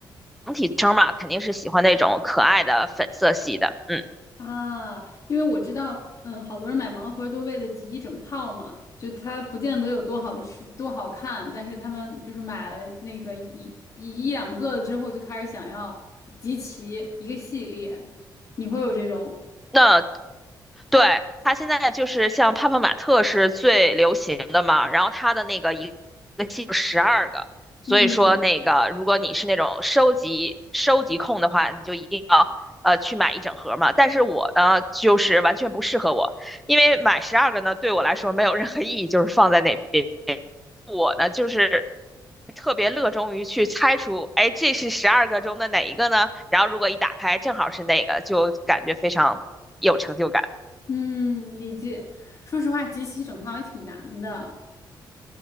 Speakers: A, in the centre; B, on the left.
A: 整体称嘛，肯定是喜欢那种可爱的粉色系的。嗯，
B: 啊，因为我知道，嗯，好多人买盲盒都为了集一整套嘛，就它不见得有多好吃、多好看，但是他们就是买了那个一一一两个之后，就开始想要集齐一个系列。你会有这种，
A: 那对，它现在就是像泡泡玛特是最流行的嘛，然后它的那个一个系十二个，所以说那个如果你是那种收集收集控的话，
B: 嗯
A: 你就一定要呃去买一整盒嘛。但是我呢，就是完全不适合我，因为买十二个呢对我来说没有任何意义，就是放在那边。我呢就是特别乐衷于去猜出，哎，这是十二个中的哪一个呢？然后如果一打开正好是那个，就感觉非常有成就感。
B: 嗯，理解。说实话，集齐一整套也挺难的。